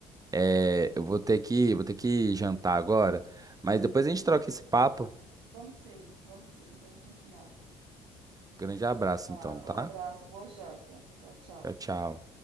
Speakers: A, on the right; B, on the right.
A: É, eu vou ter que, vou ter que jantar agora, mas depois a gente troca esse papo.
B: Vamos sim, vamos sim, vamos continuar.
A: Grande abraço,
B: Tá,
A: então, tá?
B: um abraço, boa janta. Tchau, tchau.
A: Tchau, tchau.